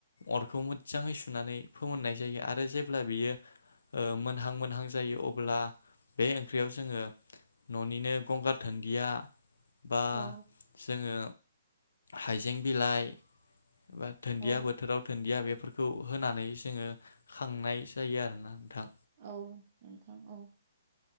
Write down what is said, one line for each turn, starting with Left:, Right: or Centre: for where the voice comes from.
Left: अरखौ मोज्जाङै सुनानै फोमोननाय जायो आर रो जेब्ला बियो मोनहां मोनहां जायो अब अबोला बे ओंख्रियाव जोङो ननिनो गंगार धोनदिया बा
Right: औ
Left: जोङो हाइजें बिलाइ दोनन्दिया
Right: औ
Left: बोथोराव दोनन्दिया बे खौ होनानै जोङो खांनाय जायो आरोना नोंथां
Right: औ नोंथां औ